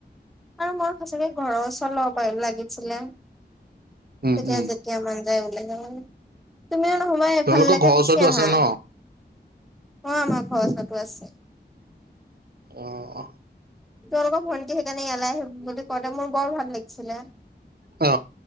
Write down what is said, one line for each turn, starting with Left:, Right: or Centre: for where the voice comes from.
Centre: আৰু মই সঁচাকে ঘৰৰ ওচৰৰ লব পৰা লাগিছিলে
Right: উম
Centre: তেতিয়া
Right: উম
Centre: যে। যেতিয়া মন যায় ওলাই যাব তুমিও নহোমাই ইফালৈকে
Right: তেওঁলোকৰ ঘৰৰ
Centre: গুচি
Right: ওচৰতো
Centre: আহা।
Right: আছে ন
Centre: অ আমাৰ ঘৰ ওচৰতো আছে।
Right: অ অ।
Centre: তেওঁলোকৰ ভন্টি সেইকাৰণে এয়ালে আহিম বুলি কোৱা কাৰণে মোৰ বৰ ভাল লাগিছিলে।
Right: অ।